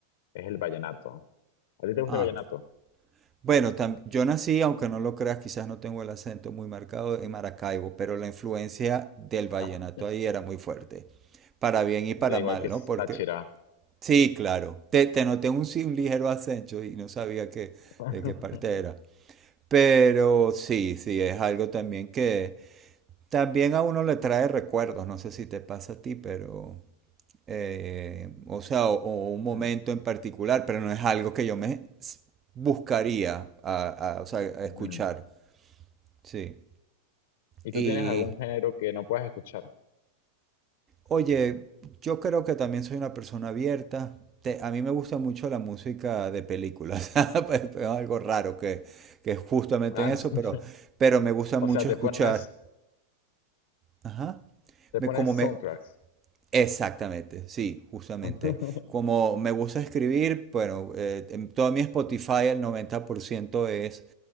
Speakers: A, on the left; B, on the right.
A: es el vallenato. ¿A ti te gusta
B: Ah,
A: el vallenato?
B: bueno, tam- yo nací, aunque no lo creas, quizás no tengo el acento muy marcado en Maracaibo, pero la influencia del vallenato
A: Ah, <laughs>
B: ahí era muy fuerte, para bien y para
A: da igual
B: mal,
A: que
B: ¿no?
A: es
B: Porque,
A: Táchira.
B: sí, claro, te, te noté un, sí, un ligero acento y no sabía que,
A: <laughs>
B: de qué parte era, pero sí, sí, es algo también que, También a uno le trae recuerdos, no sé si te pasa a ti, pero, eh, o sea, o, o un momento
A: Mm,
B: en particular, pero no es algo que yo me s- buscaría a, a- o sea, a
A: ujú.
B: escuchar, sí.
A: ¿Y tú
B: Y,
A: tienes algún género que no puedas escuchar?
B: oye, yo creo que también soy una persona abierta. Te- a mí me gusta mucho la música de películas, <laughs> Pues, es algo raro que, que es justamente
A: Ah,
B: en eso,
A: <laughs>
B: pero, pero me gusta
A: O
B: mucho
A: sea, te
B: escuchar.
A: pones,
B: Ajá.
A: te
B: Me,
A: pones
B: como me,
A: soundtracks.
B: Exactamente, sí, justamente.
A: <laughs>
B: Como me gusta escribir, bueno, eh, en todo mi Spotify el 90% es,